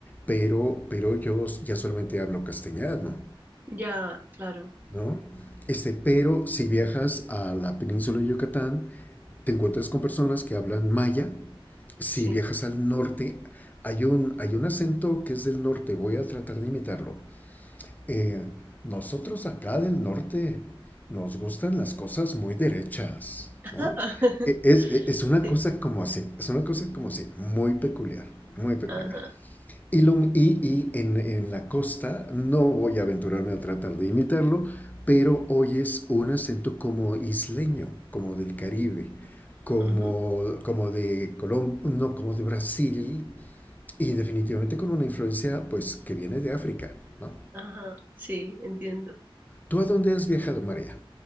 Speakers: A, on the left; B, on the right.
A: pero, pero yo ya solamente hablo castellano,
B: Ya, claro,
A: ¿no? Este, pero si viajas a la península de Yucatán, te encuentras con personas que hablan maya. Si
B: sí.
A: viajas al norte, hay un, hay un acento que es del norte, voy a tratar de imitarlo. Eh, nosotros acá del norte nos gustan las cosas muy derechas,
B: <laughs>
A: ¿no? E- Es, e- es una
B: Sí,
A: cosa como así, es una cosa como así, muy peculiar, muy peculiar.
B: ajá,
A: Y, lo, y, y en, en la costa, no voy a aventurarme a tratar de imitarlo, pero oyes un acento como isleño, como del Caribe, como,
B: ujú,
A: como de Colombia, no, como de Brasil, y definitivamente con una influencia pues que viene de África, ¿no?
B: ajá, sí, entiendo.
A: ¿Tú a dónde has viajado, María?